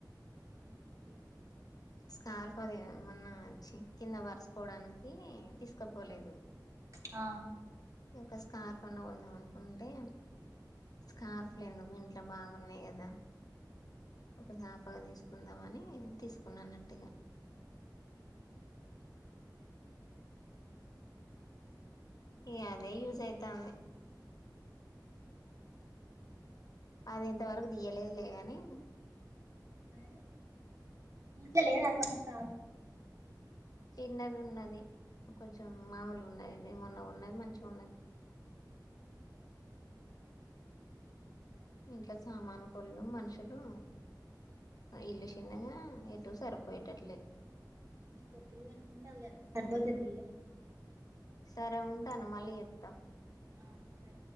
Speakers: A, on the right; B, on the left.
A: ఓకే అండి
B: స్కార్ఫోదిమొన్నా వచ్చి కింద పరచకోవడానికి తీసుకపోలేదు
A: ఆ
B: యొక్క స్కార్ఫ అన్న కొందాం అనుకుంటే స్కార్ఫలు ఎందుకు ఇంట్లో ఇ బాగున్నాయి కదా ఒక చపగా తీసుకుందామని తీసుకున్నాన్నట్టుగా ఇ అదే యూజ్ అయితాంది అది ఇంతవరకు తీయలేదు లే కాని
A: రి మీకా లే ఏదా అక్క మ సా
B: చిన్నది ఉన్నది కొంచెం మామూలుగా ఉన్నదిది మొన్న కోన్నది మంచిగా ఉన్నది ఇంట్లో సామాను పళ్ళు మనుషులు ఇల్లు చిన్నగా ఎ అట్టటు సరిపోయేటట్లేదు
A: పొత్తులు కట్టుకుంటారులే సరిపోతది తీయ
B: సరే ఉంటాను మళ్ళీ చేత్తా
A: ఆ సరే